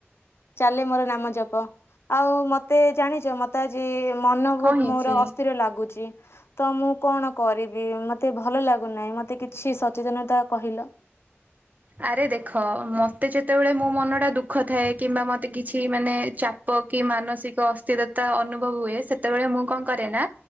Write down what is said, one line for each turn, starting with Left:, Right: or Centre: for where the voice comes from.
Left: ଚାଲେ ମୋର ନାମ ଜପ ଆଉ ମତେ ଜାଣି ତ ମତେ ଆଜି ମନ
Right: କଣ
Left: ବହୁତ
Right: ହେଇଛି?
Left: ମୋର ଅସ୍ଥିର ଲାଗୁଛି। ତ ମୁଁ କଣ କରିବ ବି ମତେ ଭଲ ଲାଗ ଗୁ ନାଇଁ, ମତେ କିଛି ସଚେତନତା କହିଲ?
Right: ଆରେ ଦେଖ ମତେ ଯେତେବେଳେ ମୋ ମନ ଟା ଦୁଃଖ ଥାଏ କିମ୍ବା ମତେ କିଛି ମାନେ ଚାପ କି ମାନସିକ ଅସ୍ଥିରତା ଅନୁଭବ ହୁଏ ସେତେବେଳେ ମୁଁ କଣ କରେ ନା